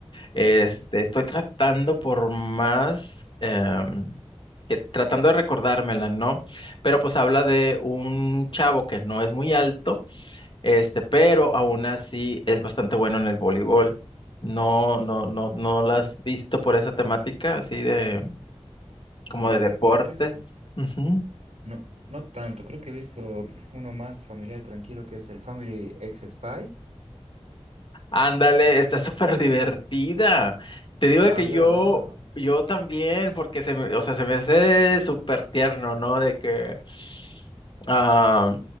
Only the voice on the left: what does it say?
Este,
estoy tratando por más em, que tratando de recordármela, ¿no? Pero pues habla de un chavo que no es muy alto este, pero aún así es bastante bueno en el voleibol. No, no, no,
no
la has visto por esa temática, así de, como
de deportes.
Ujú.
Ándale, está <laughs> súper divertida. Te digo
de que
yo,
yo también, porque se me, o sea, se me hace súper tierno, ¿no? De que, ah,